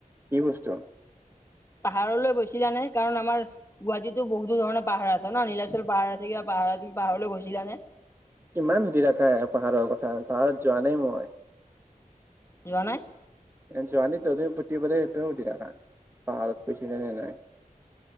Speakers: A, on the right; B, on the left.
A: কি বস্তু
B: পাহাৰলৈ গৈছিলা নে কাৰণ আমাৰ। গুৱাহাটীতো বহুো ধৰণৰ পাহাৰ আছে নীলাচল, পাহাৰ আছে কিবা পাহাৰ ত, পাহাৰলৈ গৈছিলানে?
A: ইমান সুধি থাকা পাহাৰৰ কথা পাহাৰত যোৱা নাই মই।
B: যোৱা নাই।
A: যোৱা নাই ত পুতি বাৰে সেইটোৱে সুধি থাকা পাহাৰত গৈছানে নাই।